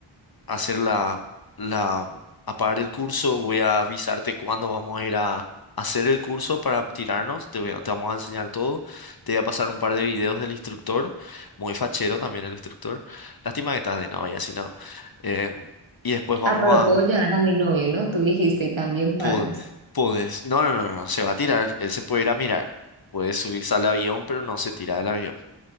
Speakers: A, on the left; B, on the right.
A: hacer la, la, a pagar el curso. Voy a avisarte cuándo vamos a ir a hacer el curso para tirarnos. Te, voy a- te vamos a enseñar todo. Te voy a pasar un par de videos del instructor. Muy fachero también el instructor. Lástima que estás de novia, si no. Eh, y después vamos
B: Ah, pero
A: a...
B: puedo llevar a mi novio, ¿no? Tú dijiste y también pagas.
A: pod- Podés. No, no, no, no. Se va a tirar. Él se puede ir a mirar. Puede subirse al avión, pero no se tira del avión.